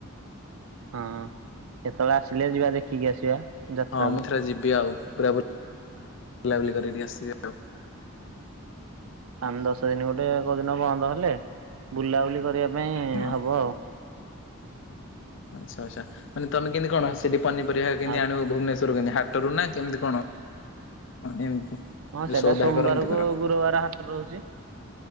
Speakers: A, on the right (about 75°); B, on the left (about 55°).
A: ହଁ କେତେବେଳେ ଆସିଲେ ଯିବା ଦେଖିକି ଆସିବା। ଯାତ୍ରାକୁ।
B: ହଁ ମୁଁ ଥରେ ଯିବି ଆଉ ପୁରାବୁ ବୁଲା ବୁଲି କରିକି ଟିକେ ଆସିିବି ଆଉ।
A: ଆମେ ଦଶ ଦିନ ଗୋଟେ ଏକ ଦିନ ବନ୍ଦ ହେଲେ ବୁଲାବୁଲି କରିବା ପାଇଁ
B: ହଁ
A: ହବ ଆଉ
B: ଆଚ୍ଛା ଆଚ୍ଛା ମାନେ ତମେ କେତି କଣ ସେଠି ପନିରିବା କେମିତି
A: ଆଉ
B: ଆଣିବୁ ଭୁବନେଶ୍ୱର ହା ହାଟରୁ ନା କେମିତି କଣ? ଏମିତି?
A: ହଁ ସେଇଟା
B: ସଉଦା
A: ସୋମବାରକୁ
B: କର ଏମିତି କର
A: ଗୁରୁବାର ହାଟ ରହୁଛି।